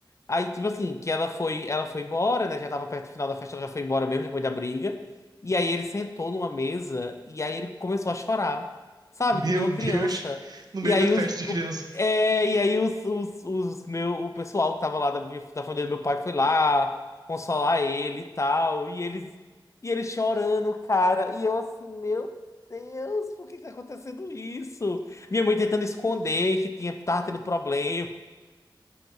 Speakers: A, on the left; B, on the right.
A: Aí, tipo assim, que ela foi, ela foi embora, né? Já tava perto do final da festa, ela já foi embora mesmo depois da briga. E aí ele sentou numa mesa e aí ele começou a chorar, sabe?
B: Meu
A: Que nem uma
B: Deus.
A: criança.
B: No meio
A: E aí
B: da festa
A: os,
B: de criança.
A: o- é, e aí os, os, os meu, o pessoal que tava lá da, minha- da família do meu pai foi lá consolar ele e tal. E eles, e ele chorando, cara. E eu assim, meu Deus, por que que tá acontecendo isso? Minha mãe tentando esconder que tinha, tava tendo problema.